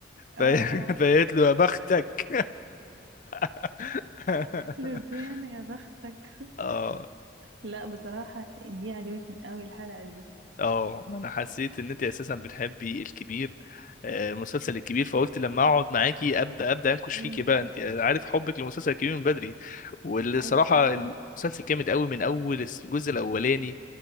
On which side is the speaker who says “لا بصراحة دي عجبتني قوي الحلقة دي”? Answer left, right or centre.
Right